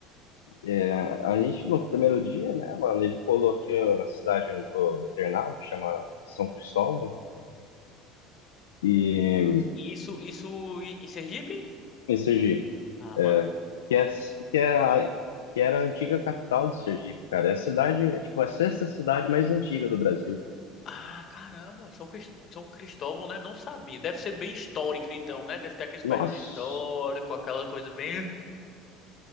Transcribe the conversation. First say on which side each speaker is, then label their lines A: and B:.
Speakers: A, on the left; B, on the left.
A: É, a gente, no primeiro dia, né, mano, ele colou aqui ó, na cidade do, do Ternal, que chama São Cristóvão, e
B: Isso, isso em em Sergipe?
A: em Sergipe,
B: Ah,
A: é,
B: massa.
A: que, é, que, é a, que era a antiga capital de Sergipe, cara. É a cidade, é, tipo, a sexta cidade mais antiga do Brasil.
B: Ah, caramba, São Cris- São Cristóvão, né? Não sabia. Deve ser bem histórica, então, né? Deve ter aqueles
A: Nossa,
B: prédios históricos, aquela coisa bem.